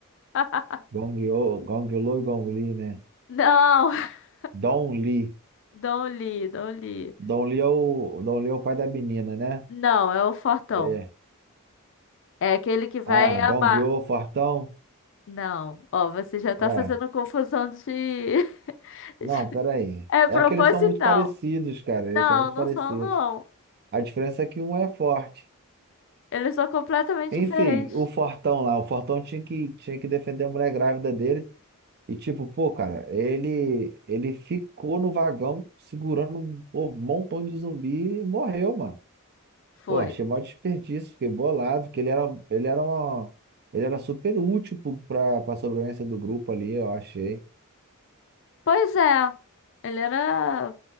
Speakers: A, on the left; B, on the right.
A: <laughs>
B: Gong Yo, Gong Lo e Gong Li, né?
A: Não, <laughs>
B: Don Li.
A: Don Lee, Don Lee.
B: Don Li é o, Don Li é o pai da menina, né?
A: Não, é o Fortão.
B: É.
A: É aquele que vai
B: Ah,
A: amar.
B: Gong Yo, fortão.
A: Não, ó, você já tá
B: Ué,
A: fazendo confusão de. <laughs>
B: não, peraí.
A: É
B: É
A: proposital.
B: que eles são muito parecidos, cara.
A: Não,
B: Eles são muito
A: não
B: parecidos.
A: são, não.
B: A diferença é que um é forte.
A: Eles são completamente
B: Enfim,
A: diferentes.
B: o Fortão lá, o Fortão tinha que, tinha que defender a mulher grávida dele, E tipo, pô, cara, ele ele ficou no vagão segurando um pô, um montão de zumbi e morreu, mano.
A: Foi.
B: Pô, achei maior desperdício, fiquei bolado, que ele era ele era uma ele era super útil pro- pra para sobrevivência do grupo ali, eu achei.
A: Pois é, ele era